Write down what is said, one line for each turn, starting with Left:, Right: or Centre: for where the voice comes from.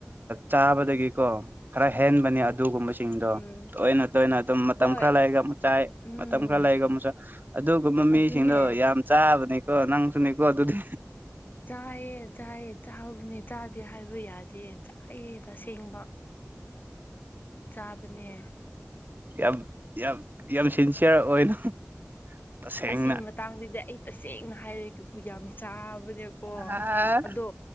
Right: ꯆꯥꯕꯗꯒꯤꯀꯣ ꯈꯔ ꯍꯦꯟꯕꯅꯦ ꯑꯗꯨꯒꯨꯝꯕ ꯁꯤꯡꯗꯣ
Left: ꯎꯝ
Right: ꯇꯣꯏꯅ ꯇꯣꯏꯅ ꯑꯗꯨꯝ ꯃꯇꯝ
Left: ꯍꯣꯏ
Right: ꯈꯔ ꯂꯩꯔꯒ ꯑꯃꯨꯛ ꯆꯥꯏ
Left: ꯎꯝ
Right: ꯃꯇꯝ ꯈꯔ ꯂꯩꯔꯒ ꯑꯃꯨꯛ ꯆꯥꯏ ꯑꯗꯨꯒꯨꯝꯕ ꯃꯤꯁꯤꯡꯗꯣ
Left: ꯑꯗꯨꯅꯦ
Right: ꯌꯥꯝ ꯆꯥꯕꯅꯦꯀꯣ ꯅꯪꯁꯨꯅꯦꯀꯣ ꯑꯗꯨꯗꯤ
Left: ꯆꯥꯏꯌꯦ ꯆꯥꯏꯌꯦ ꯆꯥꯕꯗꯤ ꯆꯥꯗꯦ ꯍꯥꯏꯕ ꯌꯥꯗꯦ ꯆꯥꯏꯑꯦ ꯇꯁꯦꯡꯕ ꯆꯥꯕꯅꯦ
Right: ꯌꯥꯝ ꯌꯥꯝ ꯌꯥꯝ ꯁꯤꯟꯁꯤꯌꯔ ꯑꯣꯏꯅ ꯇꯁꯦꯡꯅ
Left: ꯑꯁꯤ ꯃꯇꯥꯡꯗꯤꯗ ꯑꯩ ꯇꯁꯦꯡꯅ ꯍꯥꯏꯔꯦ ꯀꯦꯀꯨ ꯌꯥꯝ ꯆꯥꯕꯅꯦꯀꯣ
Right: ꯑ
Left: ꯑꯗꯣ